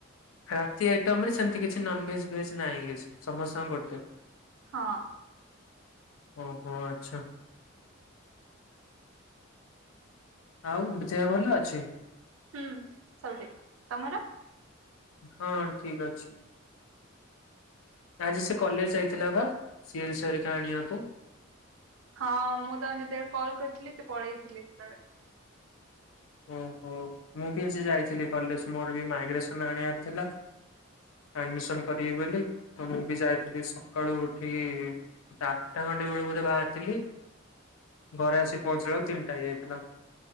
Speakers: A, on the left (about 80°); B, on the right (about 75°).
A: ରାତି ଆଇଟମରେ ସେମିତି କିଛି ନନ ଭେଜ ଭେଜ ନାହିଁ କିଛି। ସମସ୍ତଙ୍କ ର ଗୋଟେ।
B: ହଁ।
A: ଓ ହୋ, ଆଚ୍ଛା। ଆଉ ଦେହ ଭଲ ଅଛି?
B: ହୁଁ ସବୁ ଠିକ୍। ତମର?
A: ହଁ ଠିକ ଅଛି। ଆଜି ସେ କଲେଜ ଯାଇଥିଲା ବା। ସିଏଲ ହେରିକା ଆଣିବାକୁ।
B: ହଁ ମୁଁ ତାଙ୍କୁ ଯେତେବେଳ କଲ୍ କରିଥିଲି ସେ ପଳେଇଥିଲେ ସେତେବେଳେ।
A: ଓହୋ ମୁଁ ବି ଆଜି ଯାଇଥିଲି କଲେଜ ମୋର ବି ମାଇଗ୍ରେସନ ଆଣିବାର ଥିଲା। ଆଡମିଶନ୍ କରିବି ବୋଲି ତ ମୁଁ ବି ଯାଇଥିଲି ସକାଳୁ ଉଠିକି ଆଠଟା ଖଣ୍ଟେ ବେଳକୁ ବୋଧେ ବା ଥିଲି ଘରେ ଆସି ପହଞ୍ଚିଲା ବେଳକୁ ତିନିଟା ହେଇଯାଇଥିଲା ।